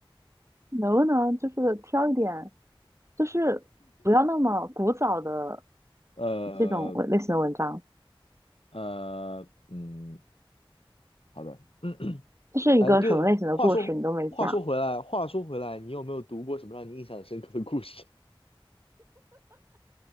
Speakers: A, on the right; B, on the left.
A: 能不能就是挑一点，就是不要那么古早的
B: 呃
A: 这种文类型的文章？
B: 呃，嗯，好的。<clears throat>
A: 这是一个什么类型的故事？
B: 哎，对，话说话说回来，
A: 你都没讲，
B: 话说回来，你有没有读过什么让你印象深刻的故事？